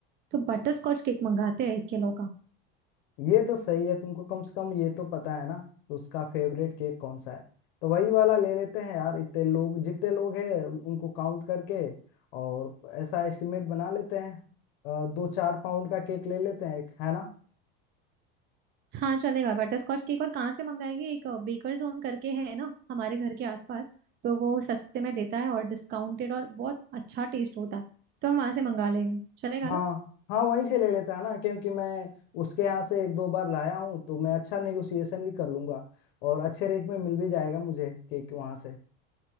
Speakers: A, on the right (about 35°); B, on the left (about 70°).
A: तो बटर स्कॉच केक मंगाते हैं एक किलो का
B: ये तो सही है तुमको कम से कम ये तो पता है ना कि उसका फेवरेट केक कौन सा है तो वही वाला ले लेते हैं यार इतने लोग जितने लोग हैं उनको काउंट करके और ऐसा एस्टिमेट बना लेते हैं अ, दो चार पाउंड का केक ले लेते हैं एक है ना
A: हाँ चलेगा बटरस्कॉच केक और कहाँ से मंगाएगी एक बेकर जोन करके है ना हमारे घर के आसपास तो वो सस्ते में देता है और डिस्काउंटेड और बहुत अच्छा टेस्ट होता है तो हम वहां से मंगा लेंगे चलेगा
B: हाँ
A: ना
B: हाँ वहीं से ले लेता है ना क्योंकि मैं उसके यहाँ से एक दो बार लाया हूँ तो मैं अच्छा नेगोशिएशन भी कर लूंगा और अच्छे रेट में मिल भी जाएगा मुझे केक वहां से